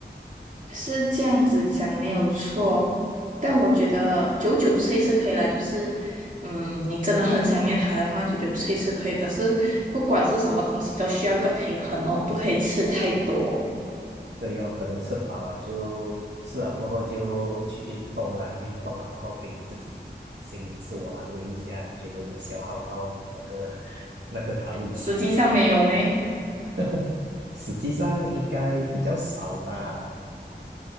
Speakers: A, on the right; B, on the right.
A: 是这样子讲没有错，但我觉得久久吃一次可以啦，就是嗯，你真的很想念它的话，久久吃一次可以。可是不管是什么东西，都需要一个平衡哦，不可以吃太多。
B: 对有可能吃饱了就吃了过后就去运动啦，运动了，然后可以自己心里自我安慰一下，觉得有消耗到那个 <laughs> 那个卡路里，
A: 实际上没有咩？
B: <laughs> 实际上应该比较少吧。